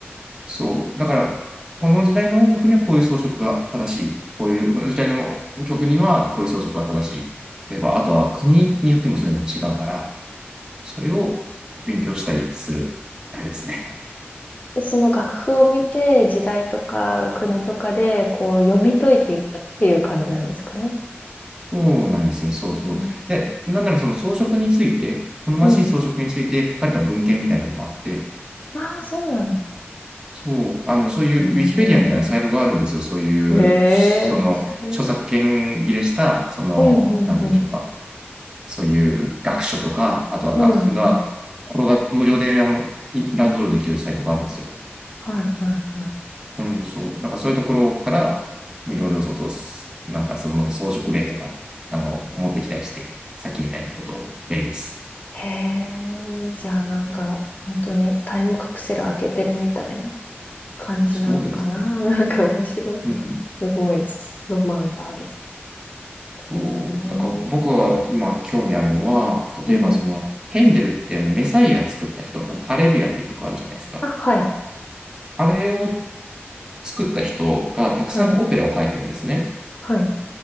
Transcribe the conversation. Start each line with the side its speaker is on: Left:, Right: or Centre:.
Right: そう、だからこの時代の音楽にはこういう装飾が正しい、こういうこの時代の曲にはこういう装飾が正しい。例えば、あとは国によってもそういうのも違うから、それを勉強したりする、あれですね。
Left: い。その楽譜を見て、時代とか国とかで、こう、読み解いていくっていう感じなんですかね。
Right: そうなんですね。そうそう。
Left: うん。
Right: で、なんならその装飾について、好ましい装飾について書かれた文献みたいなのもあって、
Left: うん。ああ、そうなんだ。
Right: そう、あの、そういうウィキペディアみたいなサイトがあるんですよ。
Left: うーん
Right: そういう、
Left: へ
Right: その、
Left: え、面白い。
Right: 著作権切れした、その、
Left: うんうんうん。
Right: なんて言うんでしょうか。そういう学書とか、あとは楽譜が、
Left: うんうん。
Right: これが無料で、あの、いダウンロードできるサイトがあるんですよ。
Left: はいはいはい。
Right: うん、そう。なんかそういうところから、いろいろちょっと、なんかその装飾例とか、あの、持ってきたりして、さっきみたいなことをやります。
Left: へえ、じゃあなんか、本当にタイムカプセル開けてるみたいな感じなのかな。
Right: そうですね。
Left: <laughs> なんか面白いね。
Right: うんうん。
Left: すごい、ロマンがある。
Right: そう。
Left: へえ、う
Right: だから僕は今興味あるのは、例えばその、
Left: ん。
Right: ヘンデルってあのメサイア作った人、あのハレルヤって曲あるじゃないですか。
Left: あ、はい、
Right: あれを作った人がたくさんオペラを書いてるんですね。
Left: はい、はい、